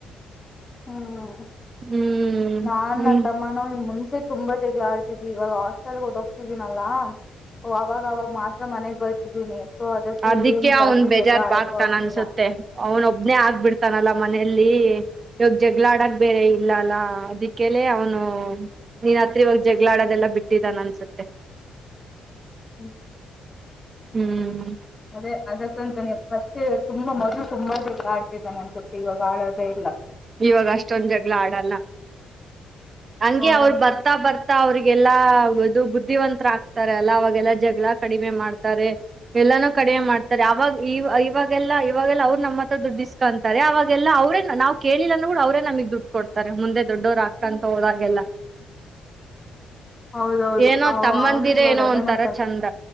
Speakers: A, on the left; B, on the right.
A: ಹ್ಮ್
B: ಹ್ಮ್
A: ನಾನ್
B: ಹ್ಮ್
A: ನ ತಮ್ಮನ ಮುಂಚೆ ತುಂಬಾ ಚಗಳ ಆಡ್ತಿದವಿ ಇವಾಗ ಹಾಸ್ಟೆಲ್ ಹೋಗತಿದವಿ ನಾವು ಅವಾಗ ಅವಾಗ ಮಾತ್ರ ಮನೆಗ್ ಬರ್ತಿದ್ದೀನಿ ಸೊ ಅದಕ್ಕೆ
B: ಅದಿಕ್ಕೆ
A: ಏನು
B: ಅವನ್
A: ಜಾಸ್ತಿ
B: ಬೇಜಾರ್
A: ಜಗಳ ಆಡಕ್ಕೂ
B: ಬಗ್ತಾನ
A: ಆಗ್ತಿಲ್ಲ
B: ಅನ್ಸುತ್ತೆ ಅವನ್ ಒಬ್ನೇ ಆಗ್ಬಿಡ್ತಾನಲ್ಲ ಮನೆಯಲ್ಲಿ ಇವಾಗ ಜಗಳಾಡಕ್ ಬೇರೆ ಇಲ್ಲ ಅಲ್ಲ ಅದಕ್ಕೆಲ್ಲ ಅವನು ರಾತ್ರಿವಾಗ ಜಗಳಾಡೋದೆಲ್ಲ ಬಿಟ್ಟಿದ್ದಾನ ಅನ್ಸುತ್ತೆ
A: ಹ್ಮ
B: ಹ್ಮ್
A: ಅದೇ ಅದಕ್ಕಂತ ನೀ ಫಸ್ಟ್ ತುಂಬಾ ಮದು ತುಂಬಾ ಎಲ್ಲ ಆಡ್ತಿದ್ದಾನ ಒನ್ಸತಿ ಇವಾಗ ಆಳೋದೇ ಇಲ್ಲ
B: ಇವಾಗ ಅಷ್ಟೊಂದ ಜಗ್ಗಳ ಆಡಲ್ಲ ಹಂಗೆ
A: ಹೌದೌದು
B: ಅವರು ಬರ್ತಾ ಬರ್ತಾ ಅವ್ರಿಗೆ ಲ್ಲಾ ಇದು ಬುದ್ಧಿವಂತರ ಆಗ್ತಾರೆ ಅಲ್ಲ ಅವಾಗೆಲ್ಲಾ ಜಗಳ ಕಡಿಮೆ ಮಾಡ್ತಾರೆ ಎಲ್ಲಾನೂ ಕ ಕ ಮಾಡ್ತಾರೆ ಅವಾಗವ ಇವಾಗೆಲ್ಲ ಇವಾಗೆಲ್ಲ ಅವ್ರ ನಮ್ಮ ಹತ್ರ ದುಡ್ಡಿಸ್ಕ ಅಂತಾರೆ ಅವೆಲ್ಲಾ ಅವ್ರೇ ನಾವು ಕೇಳಿಲ್ಲ ಅಂದೂ ಕೂಡ ಅವ್ರೇ ನಮಗ್ ದುಡ್ಡು ಕೊಡ್ತಾರೆ ಮುಂದೆ ದೊಡ್ಡವರು ಅಕ್ಕ ಅಂತ ಹೋದಾಗೆಲ್ಲ
A: ಹೌದೌದು
B: ಏನೋ ತಮ್ಮಂದಿರ
A: ಅವನು ಇವಾಗ
B: ಏನೋ
A: ಅದೇ
B: ಒಂತರ
A: ಮಾತಂತ
B: ಚಂದ